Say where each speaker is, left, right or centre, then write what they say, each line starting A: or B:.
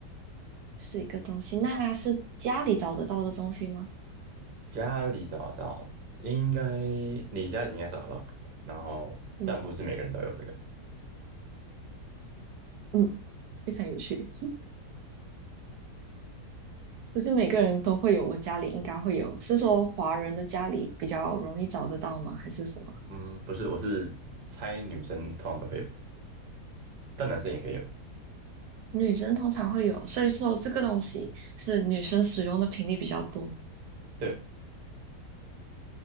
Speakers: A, on the right; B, on the right.
A: 是一个东西。那是家里找得到的东西吗？
B: 家里找得到，应该你家里应该找得到，然后但不是每个人都有这个。
A: 我嗯，非常有趣。不是每个人都会有，我家里应该会有。是说华人的家里比较容易找得到吗？还是什么？
B: 嗯，不是，我是猜女生通常都会有，但男生也可以有。
A: 女生通常会有，所以说这个东西是女生使用的频率比较多。
B: 对，